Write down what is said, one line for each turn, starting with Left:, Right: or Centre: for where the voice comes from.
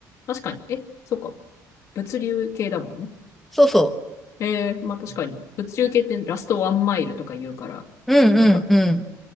Left: う。確かに。え、そっか。物流系だもんね。
Centre: そうそ
Left: ええ、まあ確かに。物流系ってラストワンマイルとか言うから、
Centre: う。うんうんうん。
Left: なんか、